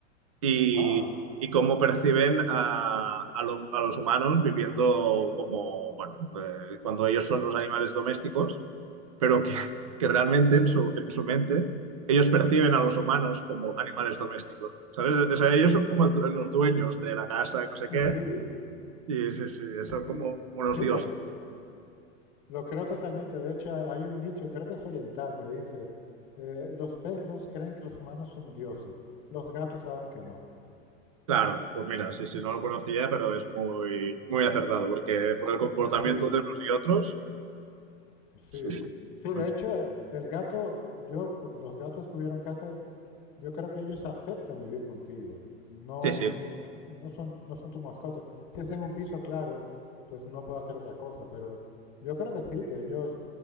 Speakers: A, on the right (about 30°); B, on the left (about 40°).
A: y,
B: ah,
A: y cómo perciben a, a lo- a los humanos viviendo como, bueno, eh, cuando ellos son los animales domésticos, pero que, que realmente en su, en su mente ellos perciben a los humanos como animales domésticos, ¿sabes? O sea,
B: sí,
A: ellos son como el du- los dueños de la casa y no sé
B: <laughs>
A: qué,
B: sí.
A: y sí, sí,
B: Sí,
A: son como unos
B: sí,
A: dioses.
B: lo, lo creo totalmente. De hecho, hay hay un dicho, creo que es oriental, que dice, eh, los perros creen que los humanos son dioses, los gatos saben que no.
A: Claro, pues mira, sí, sí, no lo conocía, pero es muy, muy acertado, porque por el comportamiento
B: Sí,
A: de unos y otros,
B: sí.
A: sí, sí,
B: Sí,
A: mucho.
B: de hecho, eh, el gato, yo, cu- los gatos que hubieron en casa, Yo creo que ellos aceptan vivir contigo. No,
A: Sí, sí,
B: no son, no son tu mascota. Si es en un piso, claro, pues no puedo hacer otra cosa. Pero yo creo que sí, que ellos